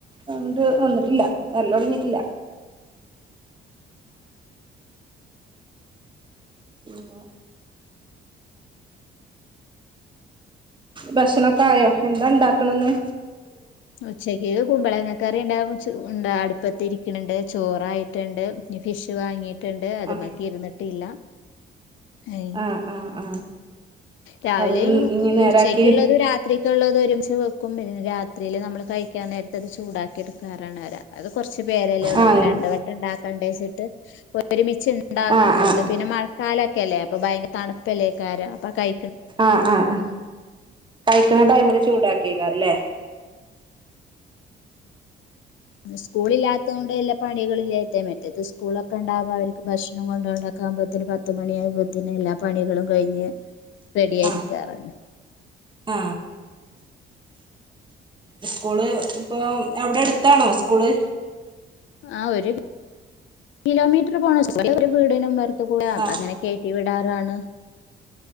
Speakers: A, on the right (about 25°); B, on the left (about 75°).
A: അങ്ങിട്ട് വന്നിട്ടില്ല വരല് തൊടങ്ങിട്ടില്ല പിന്നെ ഭക്ഷണൊക്ക ആയോ എന്താ ഉണ്ടാക്കണന്ന്
B: ഉച്ചക്ക് കുമ്പളങ്ങ കറി ഉണ്ടാകും അടുപ്പത്തിരിക്കുന്നുണ്ട് ചോറായിട്ടുണ്ട് ഫിഷ് വാങ്ങിയിട്ട് ട്ടുണ്ട് അത്മക്ക്
A: ആ
B: ഇരുന്നിട്ടില്ല ഏഹ്
A: ആ ആ ആ
B: രാവിലെയ
A: അത് ഇനി നേരാക്കി
B: ഉച്ചക്കുള്ളത് രാത്രി ക്കുള്ളതും ഒരുമിച്ച് വെക്കും പിന്നെ രാത്രില് നമ്മള് കഴിക്കാൻ നേരത്ത് അത് ചൂടാക്കി എടുക്കാറാണ് കൊറച്പേരല്ലേ ഒള്ളൂ
A: ആ
B: അപ്പൊ രണ്ട് വട്ടം ഉണ്ടാക്കണ്ട വച്ചിട്ട് ണ്ടാക്കും
A: ആ ആ
B: നിട്ട് പിന്നെ മഴക്കാലൊക്കെ അല്ലേ അപ്പൊ ഭയര തണുപ്പല്ലേക്കാര അപ്പൊ കഴിക്കും
A: ആ്ആഹ കഴിക്കുന്ന ടൈമില് ചൂടാക്കിയേക്കാല്ലേ
B: സ്കൂള് ഇല്ലാത്ത കൊണ്ട് എല്ലാ പണികളും ല്ലായിട്ട മറ്റേത് സ്കൂളൊക്കെ ഉണ്ടാവ്മ്പോ അവർക്ക് ഭക്ഷണം കൊണ്ടോ ക്കുമ്പോത്തന് പത്ത് മണി ആകുമ്പോത്തന്നെ എല്ലാ പണികളും കഴിഞ്ഞ് റെഡി ആയിരിക്കാറാണ്
A: ആ ആ സ്കൂള് ഇപ്പൊ എവിടെ അടുത്താണോ സ്കൂള്
B: ആ ഒരു കിലോമീറ്റർ പോണം ഒരു വീടിനും <unintelligible>
A: ആ
B: അതങ്ങനെ കേറ്റിവിടും റാണ്